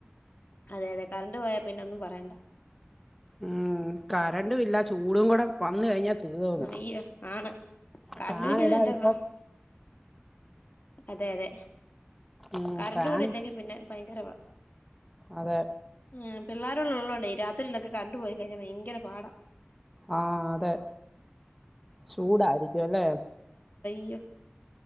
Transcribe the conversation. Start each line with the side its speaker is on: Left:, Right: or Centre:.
Left: അതെ അതെ കറണ്ട് പോയാ പിന്നെ ഒന്നും പറയണ്ട
Centre: ഉം കറണ്ടും ഇല്ല ചൂടും കൂടെ വന്ന് കഴിഞ്ഞാ തീർന്ന്
Left: അയ്യോ ആണ് കണ്ട്
Centre: ഫാൻ ഇടാതിപ്പം
Left: <unintelligible> അതെയതെ
Centre: ഉം
Left: കറണ്ട്
Centre: ഫാൻ
Left: കൂടി ഇല്ലെങ്കി പിന്നെ ഭയങ്കരവാ
Centre: അതെ
Left: ഉം പിള്ളേരുള്ളള്ളോണ്ടേ രാത്രിലൊക്കെ കറണ്ട് പോയി കഴിഞ്ഞാ ഭയങ്കര പാടാ
Centre: ആഹ് അതെ ചൂടായിരിക്കും അല്ലേ
Left: യ്യോ